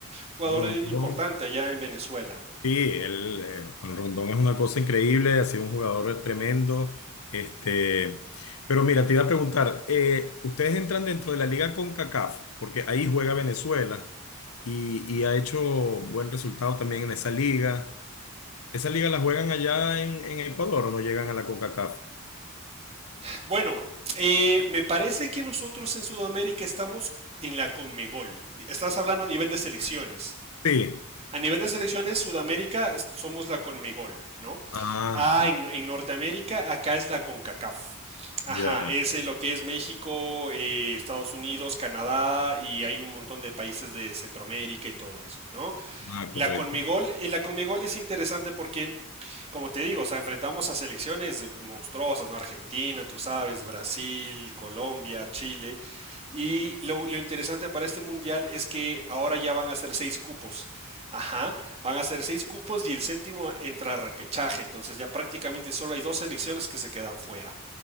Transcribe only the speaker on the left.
Rondón.
Sí, él, eh, Juan Rondón es una cosa increíble, ha sido un jugador tremendo. Este, pero mira, te iba a preguntar, eh, ustedes entran dentro de la liga CONCACAF, porque ahí juega Venezuela y, y ha hecho buen resultado también en esa liga. ¿Esa liga la juegan allá en, en Ecuador o no llegan a la CONCACAF?
Sí.
Ah,
ya.
Ah,
correcto.